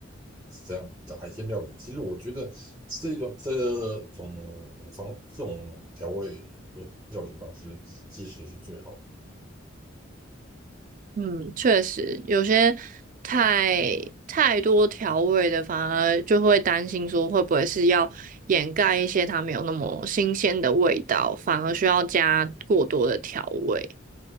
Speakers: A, on the right (about 15°); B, on the right (about 40°).
A: 是这样的海鲜料理，其实我觉得这种这种方这种调味的料理方式其实是最好的。
B: 嗯，确实，有些太太多调味的，反而就会担心说会不会是要掩盖一些它没有那么新鲜的味道，反而需要加过多的调味。